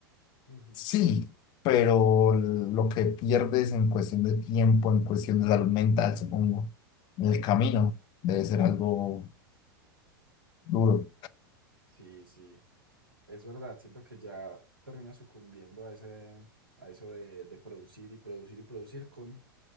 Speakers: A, on the right (about 85°); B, on the left (about 35°).
A: Ujú,
B: Sí, pero lo que pierdes en cuestión de tiempo, en cuestión de salud mental, supongo, en el camino,
A: ujú.
B: debe ser algo duro.
A: Sí, sí, es verdad. Siento que ya termina sucumbiendo a ese, a eso de, de producir y producir y producir con